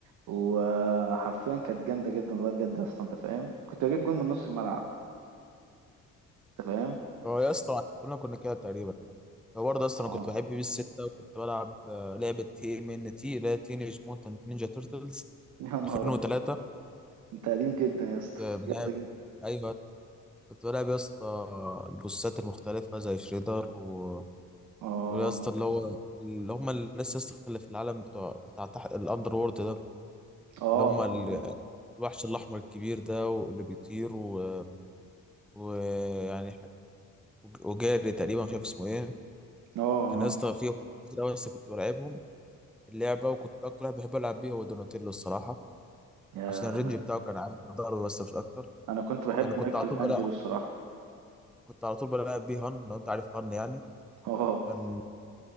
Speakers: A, on the right (about 80°); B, in the centre.
A: وحرفيا كانت جامده جدا والله بجد اصلا انت فاهم كنت بجيب جون من نص الملعب انت فاهم
B: هو يا اسطى كلنا كنا كده تقريبا هو برضه اصلا
A: اه
B: انا كنت بحب بيس 6 وكنت بلعب آه، لعبه تي ام ان تي اللي هي تينيج موتنت نينجا تيرتلز
A: <laughs> يا نهار
B: 2003
A: انت قديم جدا يا اسطى
B: كنت بلعب
A: جامدة جدا
B: ايوه كنت بلعب يا اسطى البوسات المختلفه زي شريدر و...
A: اه
B: ويا اسطى اللي هو اللي هم الناس يا اسطى اللي في العالم بتوع بتاع تحت الاندر وورلد ده
A: اه
B: اللي هم ال- الوحش الأحمر الكبير ده واللي بيطير و- ويعني ح- وجاري تقريبا مش عارف اسمه ايه
A: اه اه
B: كان يا اسطى فيه كتير أوي بس كنت بلعبهم اللعبة وكنت أكتر واحد بحب ألعب بيه هو دوناتيلو الصراحة
A: يا
B: عشان الرينج بتاعه كان عالي في الضرب بس مش أكتر
A: انا كنت بحب
B: يعني كنت
A: مايكل
B: على طول
A: انجلو
B: بلعب
A: الصراحة
B: كنت على طول بلعب بيه هان لو أنت عارف هان يعني
A: <laughs> اه
B: كان